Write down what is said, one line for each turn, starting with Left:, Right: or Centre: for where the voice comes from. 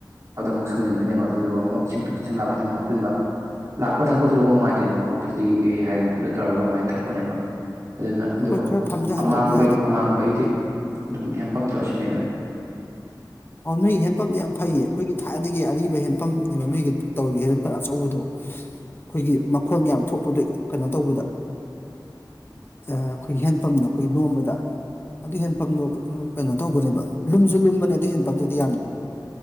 Right: ꯑꯗꯨ ꯑꯃꯨꯛ ꯁꯪꯖꯤꯟꯗꯣꯏꯅꯦꯕ ꯑꯗꯨꯗꯨꯒ ꯑꯃꯨꯛ ꯏꯁꯤꯡ ꯇꯣꯇꯤꯁꯤꯡ ꯂꯥꯛꯄꯗ ꯑꯃꯨꯛ ꯍꯥꯞꯆꯤꯟꯕ ꯂꯥꯛꯄ ꯊꯛꯄꯁꯨ ꯅꯨꯡꯉꯥꯏꯇꯦꯅ ꯀꯣ ꯐꯤꯖꯤ ꯀꯩ ꯀꯩ ꯍꯥꯏꯗꯅ ꯈꯣꯠꯇꯅ ꯇꯧꯔꯒ ꯑꯗꯨꯃꯥꯏ ꯊꯛꯄꯅꯦꯕ ꯑꯗꯨꯅ ꯑꯗꯨꯒ
Left: ꯍꯣꯏ ꯈꯔ ꯐꯝꯊꯍꯟꯗ꯭ꯔꯗꯤ
Right: ꯑꯃꯥꯡꯕꯩ
Left: ꯌꯥꯗꯕꯅꯤ
Right: ꯑꯃꯥꯡꯕꯩꯗꯤ ꯑꯗꯨꯝ ꯍꯦꯝꯄꯝ ꯇꯧꯔꯁꯤꯟꯅꯩꯗ
Left: ꯑꯣ ꯅꯣꯏ ꯍꯦꯟꯄꯝꯗꯤ ꯌꯥꯝ ꯐꯩꯌꯦ ꯑꯩꯈꯣꯏꯒꯤ ꯊꯥꯏꯅꯒꯤ ꯑꯔꯤꯕ ꯍꯦꯟꯄꯝꯅꯦꯕ ꯅꯣꯏꯒꯤ ꯇꯧꯔꯤꯕ ꯍꯦꯟ ꯍꯦꯟꯄꯝ ꯑꯆꯧꯕꯗꯣ ꯑꯩꯈꯣꯏꯒꯤ ꯃꯈꯣꯟꯒ ꯌꯥꯝ ꯊꯣꯛꯄꯗꯣ ꯀꯩꯅꯣ ꯇꯧꯕꯗ ꯑꯩ ꯑꯩꯈꯣꯏꯒꯤ ꯍꯦꯟꯄꯝꯗꫭ ꯑꯩꯈꯣꯏꯒꯤ ꯅꯣꯝꯕꯗ ꯑꯗꯨ ꯍꯦꯟꯄꯝꯗꯣ ꯀꯩꯅꯣ ꯇꯧꯕꯅꯦꯕ ꯂꯨꯝꯁꯨ ꯂꯨꯝꯕꯅꯦ ꯑꯗꯨ ꯍꯦꯟꯄꯝꯗꯨꯗꯤ ꯌꯥꯝꯅ